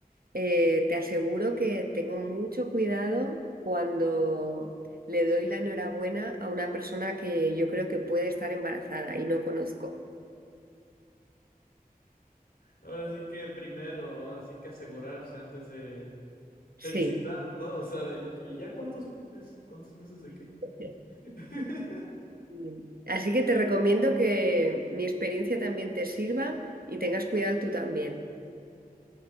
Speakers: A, on the right (about 70°); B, on the left (about 75°).
A: eh, te aseguro que tengo mucho cuidado cuando le doy la enhorabuena a una persona que yo creo que puede estar embarazada y no conozco.
B: Ahora sí que primero, ahora sí que asegurarse antes de
A: Sí.
B: felicitar, ¿no? O sea, de que ya cuántos meses, cuántos meses de qué.
A: sí.
B: <laughs>
A: Bien. Así que te recomiendo que mi experiencia también te sirva y tengas cuidado tú también.